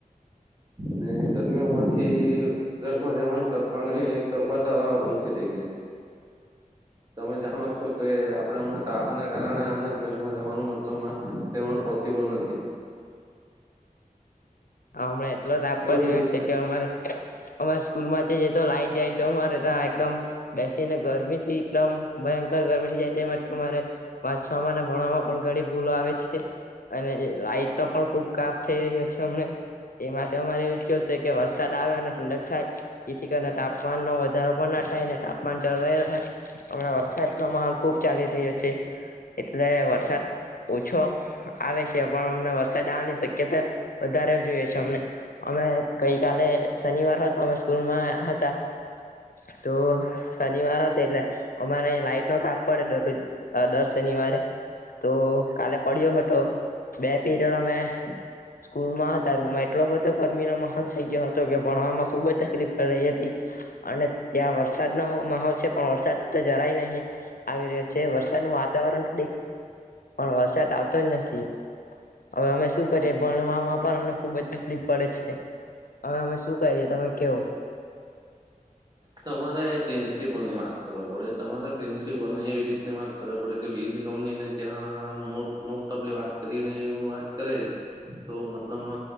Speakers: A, on the right; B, on the left.
A: ને ગરમી હોવાથી ઘરમાં રહેવાનું ટક પણ સંભદ થ ગ છે તમે જાણો છો કે આપણે હમણા તાપ ના કારણેમણા ઘરમાં રહેવાનું મતલબ રહેવાનું પોસિબલ નથી
B: હ હમણા એટલો જ આપ પડી
A: એવું બધું
B: રહ્યો છે કે અમારે અમારા સ્કૂલમાં તો લાઈટ જાય તોરે ત્યા એકદમ બેસીને ગરમી થી એકદમ ભયંકર ગરમી થી જાય અમારે વ વાંચવામાંમા ભણવામાં પણ ઘણી ભૂલો આવે છે અને લાાઈટ ન પણ ખુબ કાપ થઈ રહ્યો છે હમને એ માટે અમારે એવું કવ છે કે વરસાદ આવે અને ઠંડક થાય જેથી કરીને તાપમાનનો વધારો પણ થાયને તાપમાન જળવા રહે હમણાં વરસાદ ન માહોલ ખુબ ચાલી રહ્યો છે એટલે વરસાદ ઓછો આવે છે પણ અમને વરસાદ આવવાની શક્યતા વધારે જોઈએ છે અ અમે ગઈ કલે શનિવાર હોય તો અમે સ્કૂલમાં હતા તો શનિવાર હતો એટલે અમારે અ લાઈટ નો કાપ પડે દરરોજ દર શનિવારે તો કાલે પડ્યો હતો બે પીરિયડ અમે સ્કૂલમાં રૂમમાં એટલો બધો ગર્મીનો મોહોલ થઈ ગયો હતો કે ભણવામાં ખુબ જ તકલીફ પડી રહી હતી અને ત્યાં વરસાદનોો માહોલ છે પણ વરસાદ તો જરાય નહીં આવી રહ્યો છે વરસાદ ન વાતાવરણ વરસાદ આવતો જ નથી હવે અમે શું કરીએ ભણવામાં પણ ખુબ જ તકલીફ પડે છે હવે અમે શું કરીએ તમે કેવો
A: તમારે પ્રિન્સિપલ ની વાત કરવા પડે તમારે પ્રિન્સિપલ ને એવી રીતને વાત કરવા પડે કે વીજ કંપનીને જ્યાં મોસ્ટ ઓફ વાત કરી એવ વાત કરે તો મતલબ